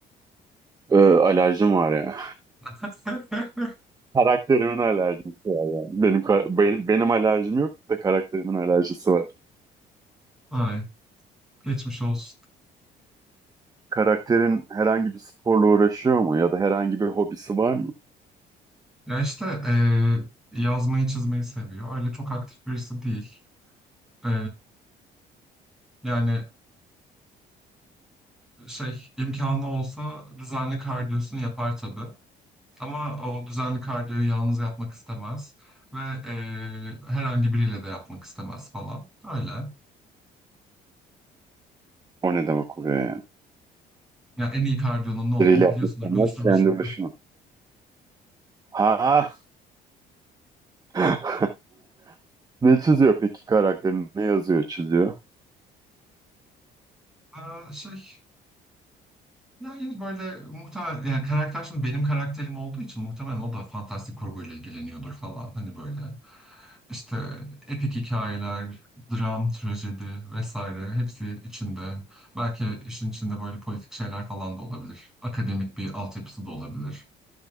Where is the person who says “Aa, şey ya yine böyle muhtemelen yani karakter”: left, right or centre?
Centre